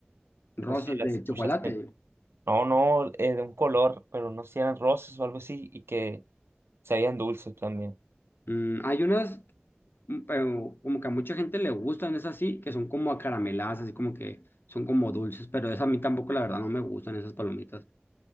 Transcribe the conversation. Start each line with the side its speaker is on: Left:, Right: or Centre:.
Left: Rosas
Right: No sé si las
Left: de
Right: escuchaste.
Left: chocolate.
Right: No, no, eh, de un color, pero no sé si eran rosas o algo así y que sabían dulces también.
Left: Mm, hay unas, mm, pero como que a mucha gente le gustan, es así, que son como acarameladas, así como que son como dulces, pero esa a mí tampoco, la verdad, no me gustan esas palomitas.